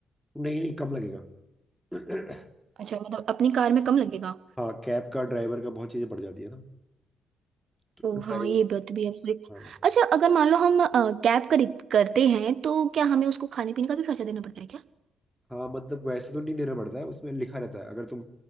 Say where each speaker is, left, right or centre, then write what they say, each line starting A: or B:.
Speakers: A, in the centre; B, on the right.
A: नहीं नहीं कम लगेगा <clears throat>
B: अच्छा मतलब अपनी कार में कम लगेगा
A: हाँ कैब का ड्राइवर का बहुत चीज़ें पड़ जाती है ना तो
B: ओ
A: ड्राइवर
B: हाँ ये बात भी है
A: हाँ
B: अच्छा अगर मान लो हम कैब खरीद करते हैं तो क्या हमें उसको खाने पीने का भी खर्चा देना पड़ता है क्या
A: हाँ मतलब वैसे तो नहीं देना पड़ता है उसमें लिखा रहता है अगर तुम